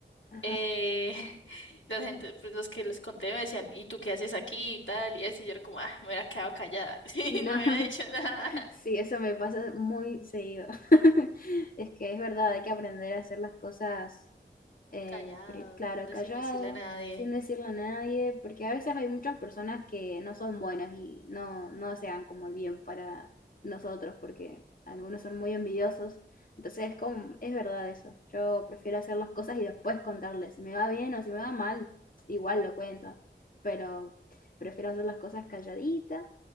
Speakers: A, on the left; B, on the left.
A: Ajá.
B: eh, <laughs> la gente, pues los que les conté me decían, ¿y tú qué haces aquí y tal? Y así yo era como, ah, me hubiera quedado callada, <laughs> sí,
A: No.
B: no
A: <laughs>
B: me hubiera dicho nada,
A: Sí, eso me pasa muy seguido. <laughs> Es que es verdad, hay que aprender a hacer las cosas, eh,
B: callado,
A: pri- claro,
B: de-
A: callado,
B: sin decirle a nadie.
A: sin decirle a nadie, porque a veces hay muchas personas que no son buenas y no, no sean como el bien para nosotros, porque algunos son muy envidiosos. Entonces es como, es verdad eso. Yo prefiero hacer las cosas y después contarles. Si me va bien o si me va mal, igual lo cuento, pero prefiero hacer las cosas calladita